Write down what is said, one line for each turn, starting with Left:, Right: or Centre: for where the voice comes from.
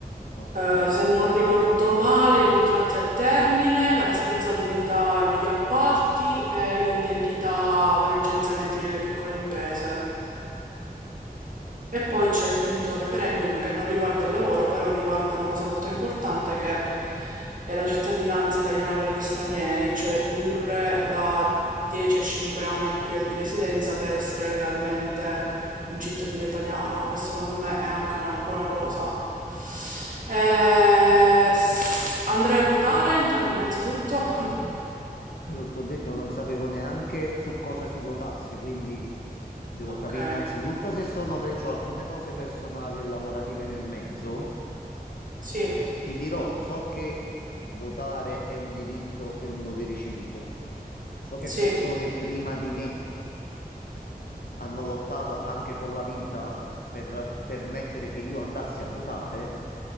Left: Ok.
Right: Eh, se non ricordo male, i contratti a termine, la responsabilità negli appalti e l'indennità per i licenziamenti nelle piccole imprese. E poi c'è il quinto referendum che non riguarda il lavoro, però riguarda una cosa molto importante che è la cittadinanza italiana per gli stranieri, cioè ridurre da 10 a 5 anni il periodo di residenza per essere legalmente un cittadino italiano, che secondo me è anche una buona cosa eh, s- andrei a votare intan- innanzitutto. <laughs>
Left: Allora, ti ho detto, non sapevo neanche su cosa si votasse, quindi devo
Right: Ok,
Left: capire innanzitutto se sono pre... c'ho alcune cose personali e lavorative nel mezzo.
Right: sì,
Left: Ti dirò, so che votare è un diritto e un dovere civico. So che
Right: sì,
Left: persone prima di me hanno lottato anche con la vita per permettere che io andassi a votare.